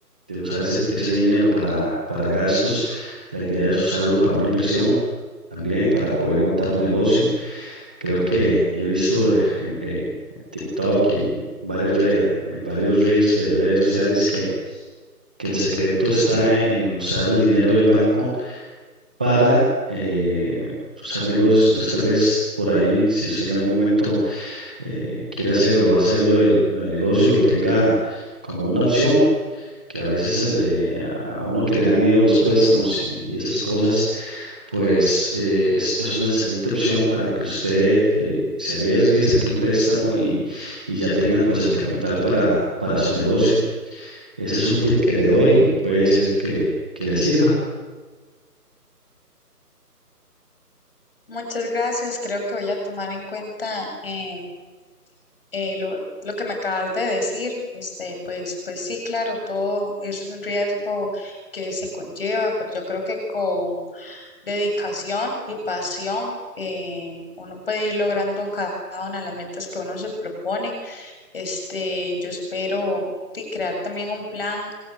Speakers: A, in the centre; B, on the left.
A: de usar ese, ese dinero para, para gastos, la idea es usarlo para una inversión también, para poder montar un negocio. Creo que yo he visto eh, en, en TikTok y en varios re- en varios reels de las redes sociales que que el secreto está en usar el dinero del banco para eh, usar negocios. Entonces, tal vez por ahí, si usted en algún momento eh, quiere hacer o va a hacer lo del, lo del negocio, lo tenga como una opción, que a veces el, eh, a uno que le da miedo los préstamos y, y esas cosas, pues eh, es, es una excelente opción para que usted eh, se arriesgue, saque un préstamo y, y ya tenga pues el capital para, para su negocio. Ese es un tip que le doy y puede ser que, que le sirva.
B: Muchas gracias. Creo que voy a tomar en cuenta em, eh, lo, lo que me acabas de decir, este, pues, pues sí, claro, todo es un riesgo que se conlleva, pero yo creo que con dedicación y pasión eh, uno puede ir logrando cada una de las metas que uno se propone. Este, yo espero sí, crear también un plan